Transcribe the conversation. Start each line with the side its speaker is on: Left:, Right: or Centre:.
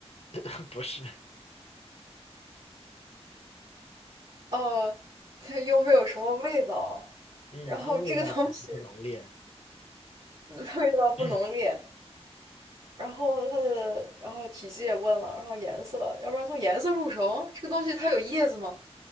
Left: <laughs> 不是，
Right: 呃，它又没有什么味道，
Left: 嗯，
Right: 然后这个东西
Left: 它味道其实不浓烈，
Right: <laughs> 味道不浓烈，
Left: <clears throat>
Right: 然后它的，然后体积也问了，然后颜色，要不然从颜色入手，这个东西它有叶子吗？